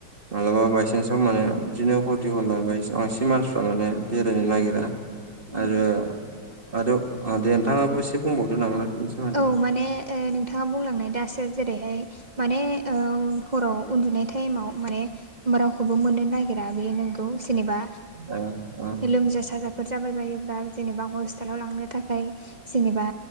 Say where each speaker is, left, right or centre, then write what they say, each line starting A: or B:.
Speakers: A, on the right; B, on the right.
A: मालाबा बायसान्साव माने बिदिनो हरदि हरला बा बांसिन मानसिफ्रा माने बेरायनो नागिरा।
B: उम
A: आरो आरो ओ दे नोंथाङाबो एसे बुंबावदो नामा? बेनि सोमोन्दै
B: औ माने नोंथाङा बुंलांनाय दासो जेरैहाय माने हराव उन्दुनाय टाइमाव माने रावखौबो मोननो नागिरा बेयो नोंगौ जेनेबा
A: औ औ
B: लोमजा साजाफोर जाबाय बायोब्ला जेनेबा हस्टेलाव लांनो थाखाय जेनेबा